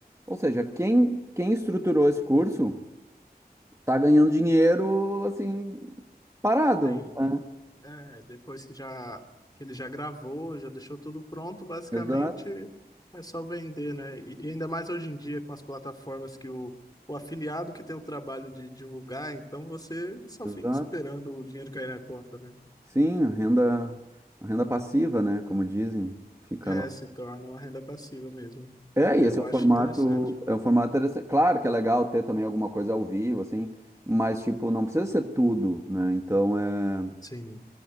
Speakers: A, on the right; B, on the left.
A: Ou seja, quem, quem estruturou esse curso tá ganhando dinheiro, assim, parado,
B: Sim.
A: né?
B: É, depois que já que ele já gravou, já deixou tudo pronto, basicamente
A: Exato,
B: é só vender, né? E, e ainda mais hoje em dia com as plataformas que o, o afiliado que tem o trabalho de divulgar, então você só
A: exato.
B: fica esperando o dinheiro cair na conta, né?
A: Sim, a renda, a renda passiva, né? Como dizem, fica
B: É,
A: lá.
B: se torna uma renda passiva mesmo.
A: É,
B: Eu
A: e esse é um
B: acho
A: formato,
B: interessante.
A: é um formato interessante. Claro que é legal ter também alguma coisa ao vivo, assim, mas, tipo, não precisa ser tudo, né? Então, é.
B: Sim,